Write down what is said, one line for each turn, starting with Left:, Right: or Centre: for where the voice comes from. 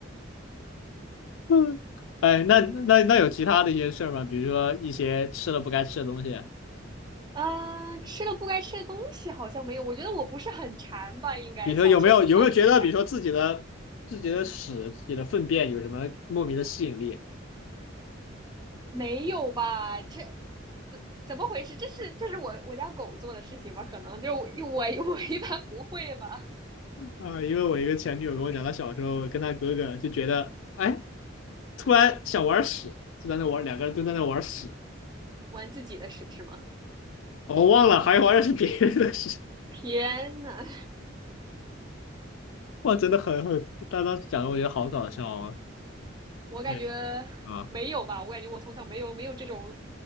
Left: 嗯，<laughs> 哎，那那那有其他的一些事儿吗？比如说一些吃了不该吃的东西，
Right: 啊，吃了不该吃的东西好像没有，我觉得我不是很馋吧，应该小时候不算是很馋。
Left: 比如说有没有有没有觉得，比如说自己的自己的屎、自己的粪便有什么莫名的吸引力？
Right: 没有吧？这怎怎么回事？这是这是我我家狗做的事情吧？可能就我我一般不会吧？
Left: 啊，因为我一个前女友跟我讲，她小时候跟她哥哥就觉得，哎，突然想玩屎，就在那玩，两个人都在那玩屎，
Right: 玩自己的屎是吗？
Left: 我忘了，还玩的是别人的屎，
Right: 天呐，
Left: <laughs> 哇，真的很很，她当时讲的我觉得好搞笑啊，
Right: 我感觉
Left: 对啊
Right: 没有吧？我感觉我从小没有没有这种